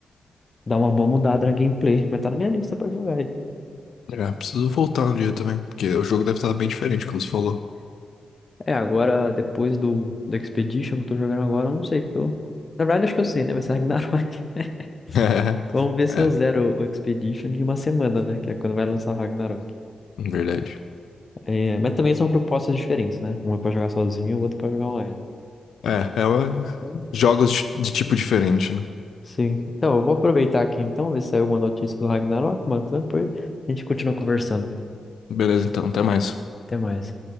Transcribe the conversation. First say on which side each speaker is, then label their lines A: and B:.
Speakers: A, on the left; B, on the left.
A: dá uma boa mudada na gameplay. Mas tá na minha lista pra jogar. aí.
B: É, preciso voltar um dia também, porque o jogo deve estar bem diferente, como você falou.
A: É, agora, depois do, do Expedition que eu tô jogando agora, eu não sei o que eu. Na verdade, acho que eu sei, né? Vai ser Ragnarok.
B: <laughs>
A: <laughs> Vamos ver se
B: É,
A: eu
B: é,
A: zero o Expedition em uma semana, né? Que é quando vai lançar o Ragnarok.
B: verdade.
A: É, mas também são propostas diferentes, né? Um é pra jogar sozinho, o outro pra jogar online.
B: É, ela
A: Hum.
B: jogos de de tipo diferente, né?
A: Sim. Então, eu vou aproveitar aqui então, ver se saiu alguma notícia do Ragnarok, mano. Então, Depois a gente continua conversando.
B: Beleza, então, até mais.
A: Até mais.